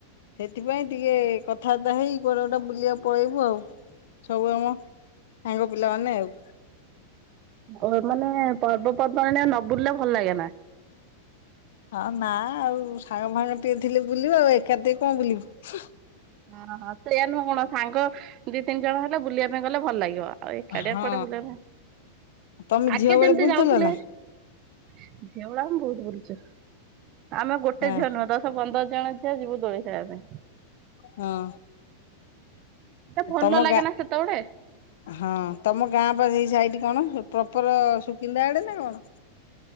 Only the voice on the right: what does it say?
ଓ ଏମାନେ ପର୍ବପର୍ବାଣି ରେ ନ ବୁଲିଲେ ଭଲ ଲାଗେ ନା।
ଓ ହୋ ସେଇୟା ନୁହଁ କଣ? ସାଙ୍ଗ ଦି ତିନି ଜଣ ହେଲେ ବୁଲିବା ପାଇଁ ଗଲେ ଭଲ ଲାଗିବ ଆଉ ଏକାଡିଆ
କୁଆଡେ ବୁଲି ଆକୁ,
ଆଗେ
ଯେମିତି
ଯାଉଥିଲେ।
ଝିଅ ଭଳିଆ ଆମ ବହୁତ ବୁଲିଛୁ। ଆମେ ଗୋଟେ
ଝିଅ ନୁହ ଦଶ, ଆ ପନ୍ଦର ଜଣ ଝିଅ ଯିବୁ ଦୋଳିଖେଳିବା ପାଇଁ।
ତେ ଭଲ
ଲାଗେ
ନା ସେତେବେଳେ,